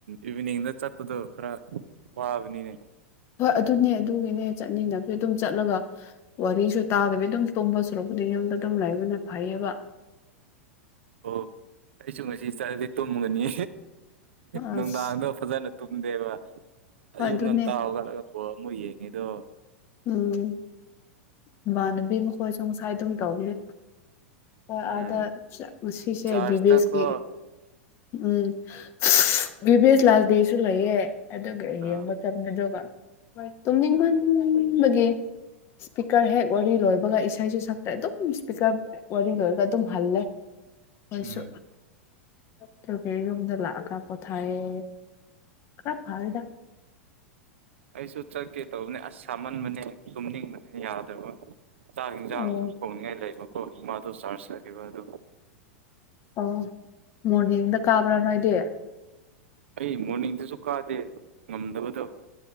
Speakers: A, on the right (about 60°); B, on the left (about 35°).
A: ꯏꯚꯤꯅꯤꯡꯗ ꯆꯠꯄꯗꯣ ꯈꯔ ꯋꯥꯕꯅꯤꯅꯦ
B: ꯍꯣꯏ ꯑꯗꯨꯅꯦ ꯑꯗꯨꯒꯤꯅꯦ ꯆꯠꯅꯤꯡꯗꯕꯗꯤ ꯑꯗꯨꯝ ꯆꯠꯂꯒ ꯋꯥꯔꯤꯁꯨ ꯇꯥꯗꯕꯤ ꯑꯗꯨꯝ ꯇꯨꯝꯕ ꯁꯔꯨꯛ ꯄꯨꯗꯤ ꯌꯨꯝꯗ ꯑꯗꯨꯝ ꯂꯩꯕꯅ ꯐꯩꯌꯦꯕ
A: ꯑꯣ ꯑꯩꯁꯨ ꯉꯁꯤ ꯆꯠꯂꯗꯤ ꯇꯨꯝꯃꯨꯅꯤ
B: ꯑꯁ
A: ꯅꯨꯡꯗꯥꯡꯗꯣ ꯐꯖꯟꯅ ꯇꯨꯝꯗꯦꯕ
B: ꯍꯣꯏ
A: ꯑꯌꯨꯛ
B: ꯑꯗꯨꯅꯦ
A: ꯉꯟꯇ ꯍꯧꯒꯠꯂꯒ ꯕꯣꯜ ꯑꯃꯨꯛ ꯌꯦꯡꯉꯤꯗꯣ
B: ꯎꯝ ꯏꯃꯥꯟꯅꯕꯤ ꯃꯈꯣꯏꯁꯨ ꯉꯁꯥꯏ ꯑꯗꯨꯝ ꯇꯧꯕꯅꯦ ꯍꯣꯏ
A: ꯎꯝ
B: ꯑꯗ ꯉꯥꯁꯤꯁꯦ
A: ꯆꯥꯔꯖꯇꯀꯣ
B: ꯕꯤꯕꯤꯌꯦꯁꯀꯤ ꯎꯝ <unintelligible> ꯕꯤꯕꯤꯌꯦꯁ ꯂꯥꯜꯗꯦꯁꯨ ꯂꯩꯌꯦ ꯑꯗꯨꯒ
A: ꯑꯥ
B: ꯌꯦꯡꯕ ꯆꯠꯄꯅꯦ ꯑꯗꯨꯒ ꯇꯨꯝꯅꯤꯡꯃꯟ <unintelligible> ꯁ꯭ꯄꯤꯀꯔ ꯍꯦꯛ ꯋꯥꯔꯤ ꯂꯣꯏꯕꯒ ꯏꯁꯩꯁꯨ ꯁꯛꯇꯦ ꯑꯗꯨꯝ ꯁ꯭ꯄꯤꯀꯔ ꯋꯥꯔꯤ ꯂꯣꯏꯔꯒ ꯑꯗꯨꯝ ꯍꯜꯂꯦ ꯋꯥꯏꯁꯨ
A: ꯎꯝ
B: ꯅꯠꯇ꯭ꯔꯒꯦ ꯌꯨꯝꯗ ꯂ ꯈꯒ꯭ꯔ ꯄꯣꯊꯥꯏꯌꯦ ꯈ꯭ꯔ ꯐꯔꯦꯗ
A: ꯑꯩꯁꯨ ꯆꯠꯀꯦ ꯇꯧꯕꯅꯦ ꯑꯁ ꯁꯥꯃꯟꯕꯅꯦ ꯇꯨꯝꯅꯤꯡꯕꯅꯦ ꯌꯥꯗꯕ ꯆꯥꯛ ꯌꯦꯟꯖꯥꯡꯁꯨ
B: ꯑꯣ
A: ꯊꯣꯡꯅꯤꯡꯉꯥꯏ ꯂꯩꯕ ꯍꯣ ꯏꯃꯗꯣ ꯆꯥꯔꯖ ꯁꯥꯏ ꯏꯕꯗꯣ
B: ꯑꯣ ꯃꯣꯔꯅꯤꯡꯗ ꯀꯥꯕ꯭ꯔꯥ ꯅꯣꯏꯗꯤ
A: ꯑꯩ ꯃꯣꯔꯅꯤꯡꯗꯁꯨ ꯀꯥꯗꯦ ꯉꯝꯗꯕꯗꯣ